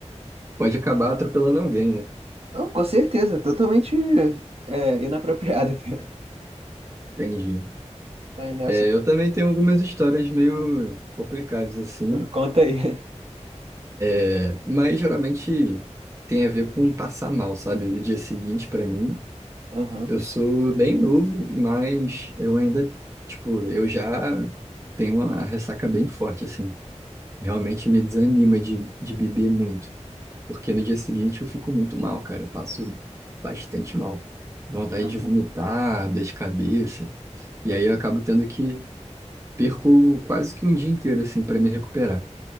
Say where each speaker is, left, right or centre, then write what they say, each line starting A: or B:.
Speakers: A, on the right (about 25°); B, on the right (about 55°).
A: pode acabar atropelando alguém, né?
B: Não, com certeza, totalmente é, inapropriada. <laughs> cara.
A: Entendi.
B: Aí nessa.
A: É, eu também tenho algumas histórias meio complicadas assim,
B: Conta aí.
A: É, mas geralmente tem a ver com passar mal, sabe? No dia seguinte, pra mim,
B: Aham,
A: eu sou bem novo, mas eu ainda, tipo, eu já tenho uma ressaca bem forte, assim. Realmente me desanima de, de beber muito. Porque no dia seguinte eu fico muito mal, cara. Eu passo bastante mal. Vontade
B: Uhum.
A: de vomitar, dor de cabeça. E aí eu acabo tendo que perco quase que um dia inteiro, assim, pra me recuperar.